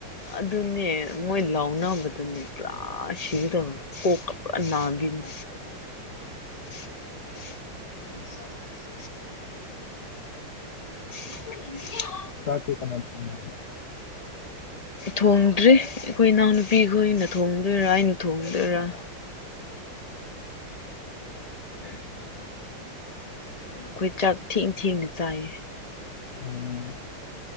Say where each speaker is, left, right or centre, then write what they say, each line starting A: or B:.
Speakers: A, on the left; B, on the left.
A: ꯑꯗꯨꯅꯦ ꯃꯣꯏ ꯂꯥꯎꯅꯕꯗꯅꯦ ꯄꯨꯔꯥ ꯁꯤꯒꯥꯗꯧꯋꯦ ꯀꯣꯛꯀ ꯄꯨꯔꯥ ꯅꯥꯈꯤꯅꯦ <inaudible> <inaudible>
B: ꯆꯥꯛ ꯇꯤ ꯀꯅꯥꯅ ꯊꯣꯡꯏ
A: ꯊꯣꯡꯗ꯭ꯔꯤ ꯑꯩꯈꯣꯏ ꯏꯅꯥꯎꯅꯨꯄꯤ ꯈꯣꯏꯅ ꯊꯣꯡꯗꯣꯏꯔꯥ ꯑꯩꯅ ꯊꯣꯡꯗꯣꯏꯔꯥ ꯎꯝ ꯑꯩꯈꯣꯏ ꯆꯥꯛ ꯊꯦꯡ ꯊꯦꯡꯅ ꯆꯥꯏꯌꯦ
B: ꯎꯝ